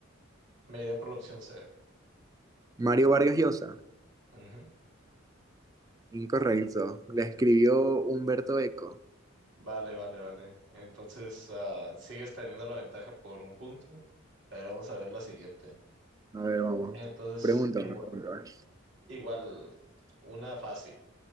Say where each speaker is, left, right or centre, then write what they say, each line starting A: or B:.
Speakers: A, on the right; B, on the right.
A: me iré por la opción C.
B: Mario Vargas Llosa,
A: Ujú.
B: incorrecto. La escribió Humberto Eco.
A: Vale, vale, vale. Entonces, ah, sigues teniendo la ventaja por un punto. Pero vamos a ver la siguiente.
B: A ver, vamos.
A: Entonces,
B: Pregunta,
A: igua-
B: por favor.
A: igual, una fácil.